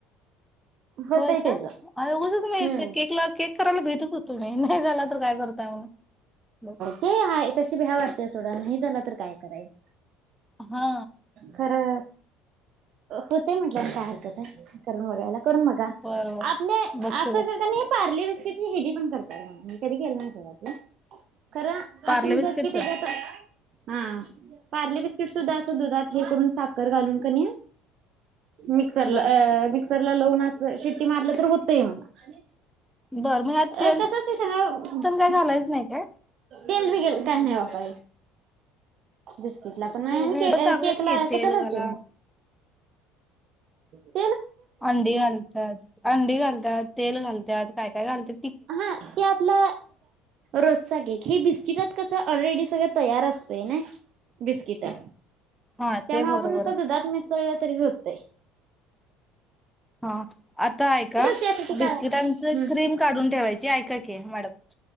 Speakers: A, on the right (about 55°); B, in the centre.
A: होतय
B: होय
A: त्याच
B: का अघसम
A: हम्म.
B: केकला केक करायला भीतच होतो मी नाही झाला तर काय करताय म्हणून. बस
A: ते हाय तशी भी ह्या वाटतेय सोडाया नाही झाला तर काय करायचं
B: हा
A: खरं. होतय म्हटल्यान काय हरकत आहे करून बघायला. करून बघा
B: बरोबर
A: आपल्या
B: बघते
A: अस
B: बघ
A: पारले वि िची ह हेजी पण करत म्ह मी कधी केलं ना सोळतला <inaudible> खर
B: पार्ले
A: असं
B: बिस्किटचा
A: <inaudible> हा पार्ले बिस्किट सुद्धा असं दुधात हे करून साखर घालून का नाही. मिक्सरला
B: बर
A: मिक्सरला लहून अस शेट्टी मारलं तर होतय मला.
B: बर मग यात
A: अ
B: तेल
A: कस असते स ना <unintelligible>
B: पण काय घालायच नाही काय?
A: तेल ब गेल का नाही बापा दिस <unintelligible> केकला पण
B: ते व्हिडिओ
A: के
B: टाकतात
A: केक
B: की
A: ला
B: तेल
A: कशालाचतील
B: घाला
A: <unintelligible> ह <unintelligible>
B: अंडी घालतात अंडी घालतात तेल घालतात काय काय घालत.
A: हा ते आपल् रोजचा केक हे बिस्किटात कस ऑलरेडी सगळ तयार असतय ना. बिस्किटा.
B: हा
A: त्यामुळे
B: ते बरोबर
A: आपण
B: आहे.
A: सध दुधात मिसळला तरी होतय.
B: ह आता ऐका
A: त्यासाठी
B: बिस्किट
A: काय हम्म
B: क्रीम काढून ठेवायची ऐका मॅडम